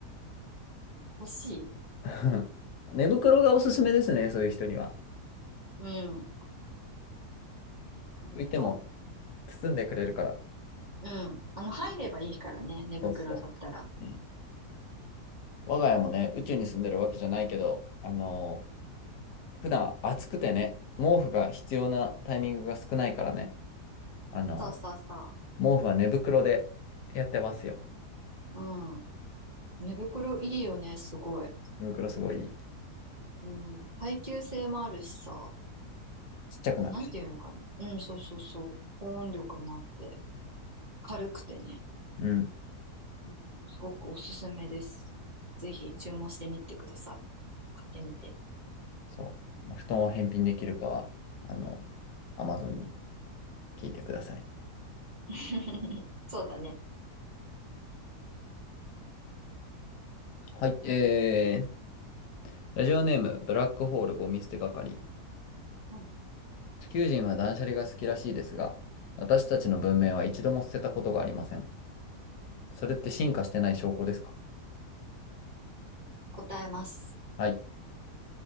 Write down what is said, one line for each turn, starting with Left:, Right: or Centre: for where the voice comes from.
Right: 欲しい。
Left: <laughs> 寝袋がおすすめですね、そういう人には。
Right: うん。ほんと。
Left: 浮いても包んでくれるから。
Right: うん。あの、入ればいいからね、寝袋だったら。
Left: そうそう。うん。我が家もね、宇宙に住んでるわけじゃないけど、あのー普段暑くてね、毛布が必要なタイミングが少ないからね、あの
Right: そうそうそ
Left: ー毛布は寝袋でやってますよ。
Right: う。うん。寝袋いいよね、すごい。
Left: 胃袋すごい
Right: うん。耐久性もあるしさ。
Left: ちっちゃくなるし。
Right: おなんていうのかな。うん、そうそうそう。保温力もあって。軽くてね。
Left: うん。
Right: うん、すごくおすすめです。ぜひ注文してみてください。買ってみて。
Left: そう。まあ布団を返品できるかは、あの、アマゾンに聞いてください。
Right: <laughs> そうだね。
Left: はい。えー、ラジオネーム、ブラックホールゴミ捨て係。
Right: うん
Left: 地球人は断捨離が好きらしいですが、私たちの文明は一度も捨てたことがありません。それって進化してない証拠ですか
Right: 答えます。
Left: はい。